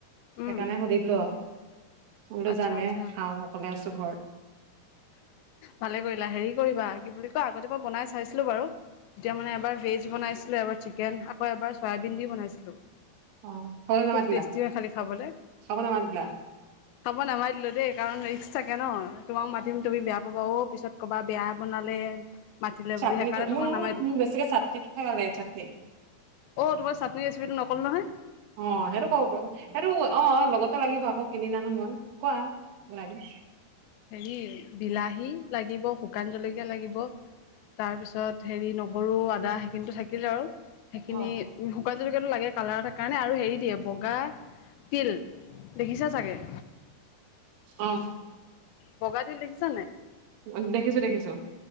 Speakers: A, on the right; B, on the left.
A: সেইকাৰণে
B: উম
A: সুধি দিলো আৰু বোলো
B: আচ্ছা
A: জানে
B: আচ্ছা
A: খাও অকলে আছো ঘৰত
B: ভালে কৰিলা হেৰি কৰিবা কি বুলি কয় আগতে মই বনাই চাইছিলো বাৰু তেতিয়া মানে এবাৰ ভেজ বনাইছিলো এবাৰ চিকেন আকৌ এবাৰ চয়াবিন দি বনাইছিলো
A: অ খাবলৈ নামাতিলা
B: খুব টেষ্টি হয় খালী খাবলৈ
A: খাব নামাতিলা
B: খাব নামাতিলো দেই কাৰণ ৰিক্স থাকে ন তোমাক মাতি -তিম তুমি বেয়া পাবা অ পিছত ক'বা বেয়া বনালে মাতিলে
A: চাটনিটো
B: বুলি সেইকাৰণে তোমাক
A: মোৰ নহয়
B: নামাই
A: ন
B: দিলোঁ
A: মোৰ বেছিকে চাটনিটো খাই ভাল লাগে চাটনি
B: অ' তোমাৰ চাটনি ৰেচিপিটো নক'লো নহয়
A: অ', সেইটো ক সেইটো অ', লগ <unintelligible> লাগিব আকৌ কিনি আনো মই কোৱা বনাই দিম।
B: হেৰি বিলাহী লাগিব, শুকান জলকীয়া লাগিব তাৰপিছত হেৰি নহৰু আদা সেইখিনিতো থাকিল আৰু সেইখিনি
A: অ
B: শুকান জলকীয়াটো লাগে কালাৰ এটাৰ কাৰণে আৰু হেৰি দিয়ে বগা তিল দেখিছা চাগে।
A: অ'।
B: বগা তিল দেখিছা নাই?
A: উ, দেখিছো দেখিছো।